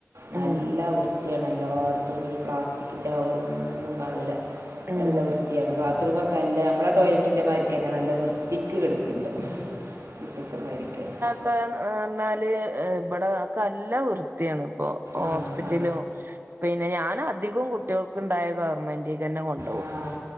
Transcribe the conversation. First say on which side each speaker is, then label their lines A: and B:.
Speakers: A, on the right; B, on the right.
A: നല്ല
B: ഉം
A: വൃത്തിയാണ് എല്ലായിടത്തും ഒരു പ്ലാസ്റ്റിക്കിൻ്റെ കവറ ഒന്നും കാണില്ല
B: ഉം
A: നല്ല വൃത്തിയാണ് ബാത്റൂമൊക്കെല്ല നമ്മളെ ടോലറ്റിന്റെറെമാർരിക്കന്നെ നല്ല വൃത് തിക്ക് എട്കണ്ടം <unintelligible>
B: ക എന്നാല് ഇവിടെ കല്ല വൃത്തിയാണ് ഇപ്പൊ ഹോസ്പിറ്റലും
A: ആ ആ
B: പിന്നെ ഞാൻ അധികം കുട്ടികൾക്കുണ്ടായ ഗവർമെന്റിൽ തന്നെ കൊണ്ട
A: ആഹ്